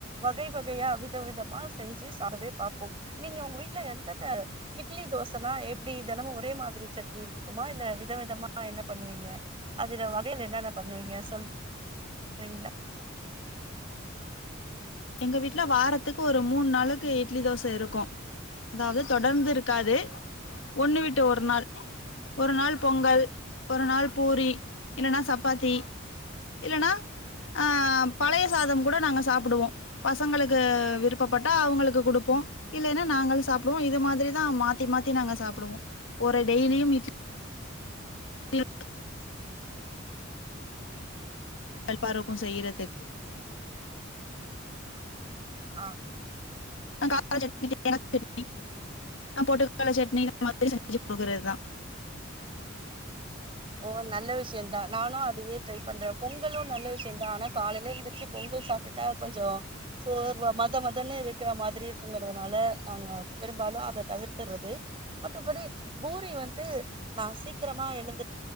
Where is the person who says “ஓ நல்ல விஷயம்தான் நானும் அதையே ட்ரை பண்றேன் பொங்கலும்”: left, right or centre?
Right